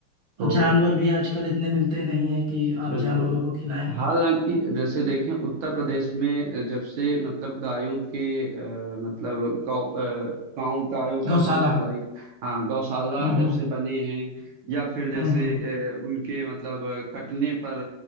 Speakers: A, on the right (about 80°); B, on the right (about 25°).
A: तो
B: और जानवर भी आजकल इतने मिलते नहीं है कि आप
A: बिल्कुल
B: जानवरों को खिलाएं
A: हालांकि जैसे देखें उत्तर प्रदेश में जब से मतलब गायों के अ, मतलब गौ अ, गाँव गायों
B: गौशाला
A: पर रोक
B: हम्म
A: लगाई हाँ गौशाला
B: हम्म
A: जब से बने हैं या फिर जैसे
B: हम्म हम्म, हम्म।
A: अ, उनके मतलब अ, कटने पर